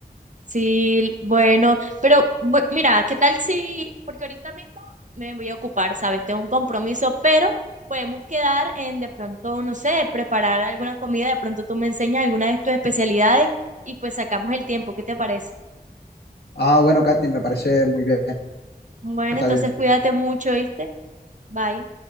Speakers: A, on the right; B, on the left.
A: Sí, bueno, pero bu- mira, ¿qué tal si, porque ahorita mismo me voy a ocupar, ¿sabes? Tengo un compromiso, pero podemos quedar en de pronto, no sé, preparar alguna comida, de pronto tú me enseñas alguna de tus especialidades y pues sacamos el tiempo, ¿qué te parece?
B: Ah, bueno, Katy, me parece muy bien,
A: Bueno,
B: está
A: entonces
B: bien.
A: cuídate mucho, ¿viste? Bye.